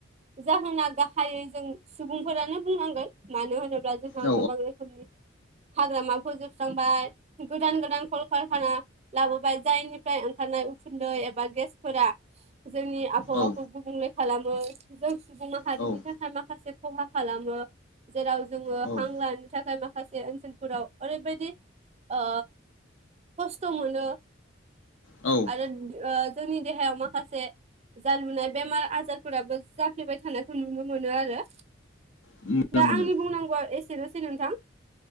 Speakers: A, on the right (about 35°); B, on the left (about 80°).
A: जाहोना गाहायै जों सुबुंफोरानो बुंनांगोन। मानो होनोब्ला जोंहा
B: औ
A: गोबां रोखोमनि हाग्रामा फोजोबस्रांबाय गोदान गोदान कलकारखाना लाबोबाय जायनिफ्राय ओंखारनाय उखुन्दै एबा गेसफोरा जोंनि आबहावाखौ
B: औ
A: गुबुंले खालामो जों सुबुं माहारिनि
B: औ
A: थाखाय माखासे खहा खालामो। जेराव जोङो
B: औ
A: हां लानो थाखाय माखासे ओनसोलफोराव ओरैबायदि ओ खस्थ' मोनो।
B: औ
A: आरो ओ जोंनि देहायाव माखासे जा लुनाय बेमार आजारफोराबो जाफ्लेबाय थानायखौ नुनो मोनो आरो
B: मोनो
A: दा
B: मोनो
A: आंनि बुंनांगौआ एसेनोसै नोंथां।